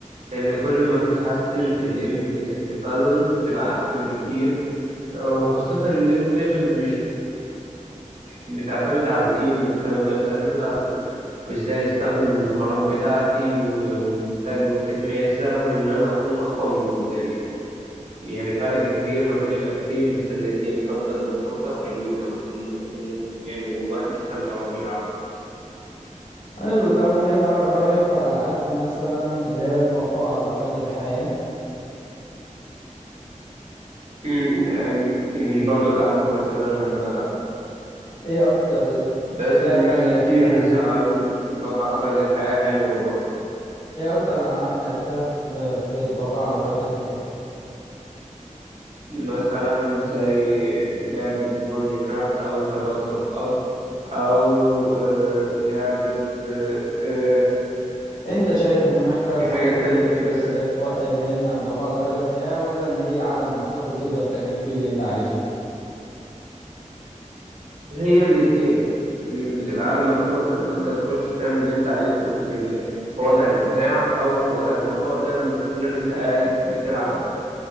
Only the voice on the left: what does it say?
حلو طب وايه آر- رأيك في العاب مثلا اللي هي البقاء على قيد الحياة
ايه اكتر
لعبة
لعبتها
ايه اكتر العاب لعبتها في في البقاء على قيد الحياة
انت شايف ان ماينكرافت
لعبة
السرف-
اللي هي إن بقاء على قيد الحياة ولا ان هي عالم مفتوح بتقدر تعمل فيه اللي انت عايزه